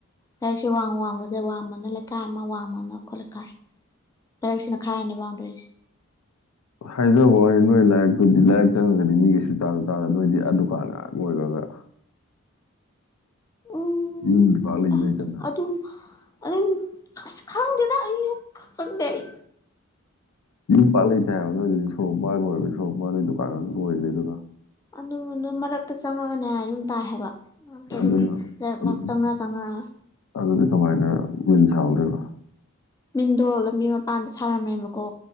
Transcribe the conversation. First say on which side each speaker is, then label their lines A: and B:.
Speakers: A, on the left (about 15°); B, on the left (about 80°).
A: ꯂꯩꯔꯛꯁꯦ ꯋꯥꯡ ꯋꯥꯡꯃꯁꯦ ꯋꯥꯡꯃꯅ ꯂꯩꯀꯥꯏ ꯑꯃ ꯋꯥꯡꯃꯅ ꯑꯩꯈꯣꯏ ꯂꯩꯀꯥꯏ ꯂꯩꯔꯛꯁꯤꯅ ꯈꯥꯏꯔꯤꯅꯦ ꯕꯥꯎꯟꯗꯔꯤꯁꯦ
B: <unintelligible> ꯑꯗꯨꯗꯤ ꯂꯥꯏꯔꯤꯛ ꯆꯪꯉꯒꯗꯤ ꯃꯤ ꯁꯨꯡꯇꯥꯁꯨ ꯇꯥꯔꯣꯏ ꯅꯣꯏꯗꯤ ꯑ ꯗꯨꯀꯥꯟ ꯅꯣꯏꯈ꯭ꯔꯒ
A: ꯎꯝ
B: ꯌꯨꯝꯁꯨ ꯄꯥꯛ ꯂꯩꯁꯨ ꯂꯩꯇꯅ
A: ꯑꯗꯨꯝ ꯑꯗꯨꯝ ꯑꯁ ꯈꯪꯗꯦꯗ ꯑꯩꯁꯨ ꯈꯪꯗꯦ ꯑꯩ
B: ꯌꯨꯝ ꯄꯥꯛ ꯂꯩꯇ ꯍꯥꯏꯕ ꯅ ꯑꯗꯨꯗꯤ ꯁꯣꯔꯣꯝꯄꯥꯒ ꯑꯣꯏꯕ ꯁꯣꯔꯣꯝꯄꯥꯔꯗꯩ ꯗꯨꯀꯥꯟ ꯑꯃꯁꯨ ꯂꯩꯁꯨ ꯂꯩꯇꯅ
A: ꯑꯗꯨ ꯑꯗꯨ ꯃꯔꯛꯇ ꯆꯪꯉꯒꯅꯦ ꯌꯨꯝ ꯇꯥꯏ ꯍꯥꯏꯕ ꯑ ꯑꯗꯨꯝ
B: ꯑꯗꯨꯅ
A: ꯂꯩꯔꯛ
B: ꯑꯗꯨꯗꯤ
A: ꯂꯩꯔꯛ ꯆꯪꯅ ꯆꯅꯥꯔꯒ
B: ꯑꯗꯨꯗꯤ ꯀꯃꯥꯏꯅ ꯌꯨꯝ ꯁꯗꯣꯏꯔꯤꯕ
A: ꯃꯤꯟꯗꯣ ꯂꯝꯕꯤ ꯃꯄꯥꯟꯗ ꯁꯥꯔꯝꯃꯦꯕꯀꯣ